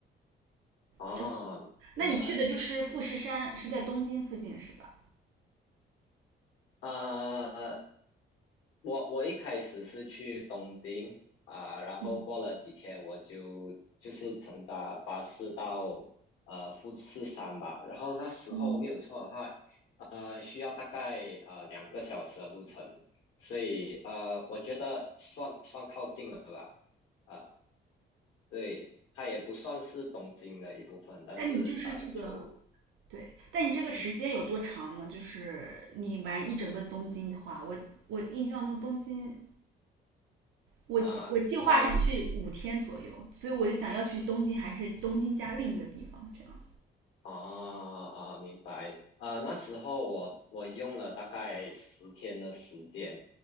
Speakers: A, on the left (about 85°); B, on the right (about 80°).
A: 啊，
B: 真是，那你去的就是富士山，
A: 明白
B: 是在东京附近是吧？
A: 啊！我我一开始是去东京啊，然后过了几天我就就是乘搭巴士到呃富士山吧，
B: 嗯
A: 然后那时候没有错的话，
B: 嗯，
A: 呃，需要大概呃两个小时的路程，所以呃，我觉得算算靠近了吧，啊，对，它也不算是东京的一部分，但是啊、
B: 那你就是这个
A: 就
B: 对，但你这个时间有多长呢？
A: 嗯
B: 就是你玩一整个东京的话，我我印象中东京，我我计划是去五天左右，
A: 啊。啊，呃
B: 所以我就想要去东京，还是东京加另一个地方，这样
A: 啊啊，明白。呃，那时候我我用了大概十天的时间，